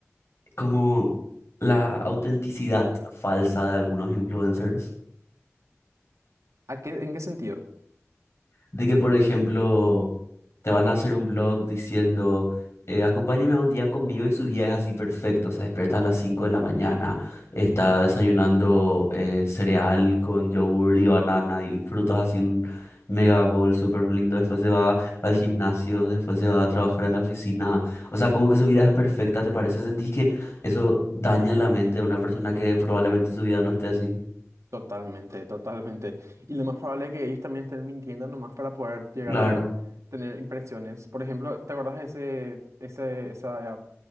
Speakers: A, on the left (about 60°); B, on the right (about 85°).
A: como la autenticidad falsa de algunos influencers?
B: ¿A qué, en qué sentido?
A: De que, por ejemplo, te van a hacer un blog diciendo, eh, acompáñeme a un día conmigo y su día es así perfecto, se despierta a las 5 de la mañana, está desayunando eh, cereal con yogur y banana y frutas así un mega bowl súper lindo, después se va al gimnasio, después se va a trabajar en la oficina, o sea, como que su vida es perfecta, ¿te parece? ¿Sentís que eso daña la mente de una persona que probablemente su vida no esté así?
B: Totalmente, totalmente. Y lo más probable es que ellos también estén mintiendo nomás para poder llegar
A: Claro.
B: a tener impresiones. Por ejemplo, ¿te acuerdas de ese, ese, esa,